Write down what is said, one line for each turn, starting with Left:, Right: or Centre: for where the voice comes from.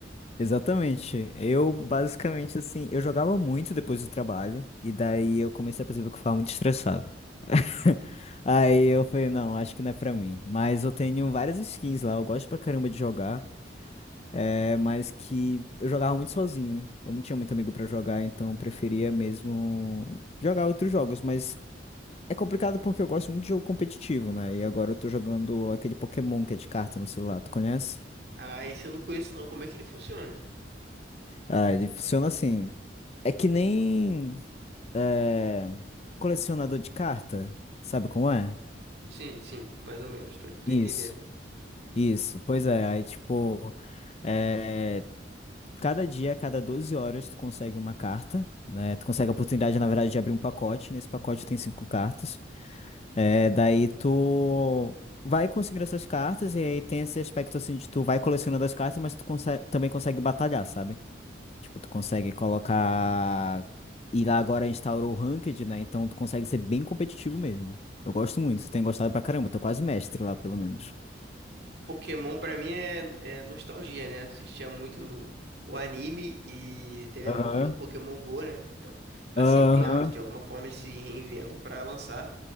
Left: Exatamente. Eu basicamente assim, eu jogava muito depois do trabalho, e daí eu comecei a perceber que eu ficava muito estressado. <laughs> Aí eu falei, não, acho que não é pra mim. Mas eu tenho várias skins lá, eu gosto pra caramba de jogar. É mais que eu jogava muito sozinho. Eu não tinha muito amigo pra jogar, então eu preferia mesmo jogar outros jogos, mas é complicado porque eu gosto muito de jogo competitivo, né? E agora eu tô jogando aquele Pokémon que é de carta no celular, tu conhece?
Right: Ah, esse eu não conheço não. Como é que ele funciona?
Left: Ah, ele funciona assim. É que nem é, colecionador de carta, sabe como é?
Right: Sim, sim, mais ou menos, tô, tô
Left: Isso,
Right: entendendo.
Left: isso. Pois é, aí tipo, eh, Cada dia, a cada 12 horas, tu consegue uma carta, né? Tu consegue a oportunidade, na verdade, de abrir um pacote. Nesse pacote tem cinco cartas. É, daí tu vai conseguindo essas cartas, e aí tem esse aspecto assim de tu vai colecionando as cartas, mas tu conse- também consegue batalhar, sabe? Tipo, tu consegue colocar. E lá agora instaurou o Ranked, né? Então tu consegue ser bem competitivo mesmo. Eu gosto muito, tenho gostado pra caramba, tô quase mestre lá, pelo menos.
Right: Pokémon pra mim é, é nostalgia, né? Assistia muito o anime e teve
Left: Aham,
Right: a onda do Pokémon Go, né? Então tá sempre
Left: aham,
Right: alto. de alguma forma eles se reinventam pra lançar.